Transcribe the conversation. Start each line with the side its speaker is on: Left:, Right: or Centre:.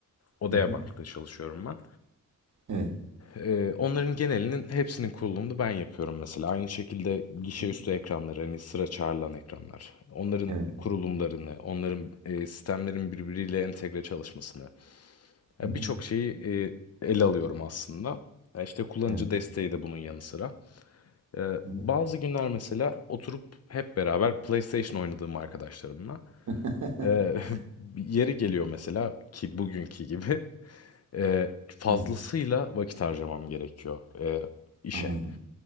Left: Odea
Right: Hı hı.
Left: Bank'ta çalışıyorum ben.
Right: Evet.
Left: Eee, onların genelinin hepsinin kurulumunu ben yapıyorum mesela. Aynı şekilde
Right: Hı
Left: gişe
Right: hı.
Left: üstü ekranları, hani sıra çağrılan ekranlar. Onların
Right: Evet.
Left: kurulumlarını, onların eee, sistemlerin birbiriyle entegre çalışmasını. Yani
Right: Hı hı.
Left: birçok şeyi eee, ele alıyorum aslında. Ya İşte kullanıcı
Right: Evet.
Left: desteği de bunun yanı sıra. Eee,
Right: Hı
Left: bazı
Right: hı.
Left: günler mesela oturup hep beraber PlayStation oynadığım arkadaşlarımla.
Right: <laughs>
Left: eee, <laughs> yeri geliyor mesela ki bugünkü gibi <laughs> eee, fazlasıyla
Right: Evet.
Left: vakit harcamam gerekiyor eee, işe.
Right: Anladım.